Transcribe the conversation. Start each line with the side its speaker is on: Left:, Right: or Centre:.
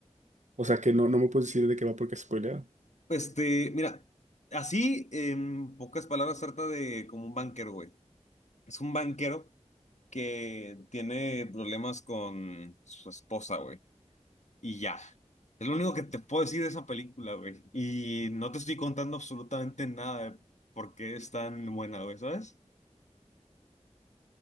Right: O sea, que no, no me puedes decir de qué va porque es spoileada.
Left: Este, mira, así, en pocas palabras, trata de como un banquero, güey. Es un banquero que tiene problemas con su esposa, güey. Y ya. Es lo único que te puedo decir de esa película, güey. Y no te estoy contando absolutamente nada de por qué es tan buena, güey, ¿sabes?